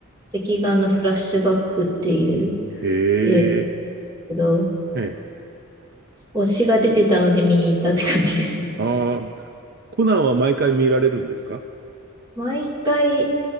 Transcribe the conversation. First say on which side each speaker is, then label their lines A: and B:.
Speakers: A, on the right; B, on the right.
A: 隻眼のフラッシュバックっていう
B: え
A: 映画だ
B: え、
A: けど、
B: はい。
A: 推しが出てたので見に行ったって感じですね。
B: ああ、コナンは毎回見られるんですか
A: 毎回